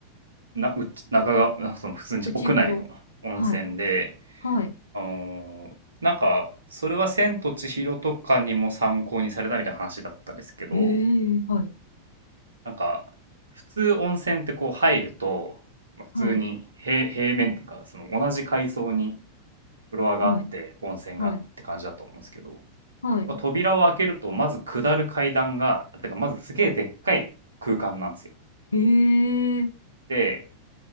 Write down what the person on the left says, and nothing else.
内風呂。はい、はい。
えーはい。
はい、
はい、
はい、はい。
へえ、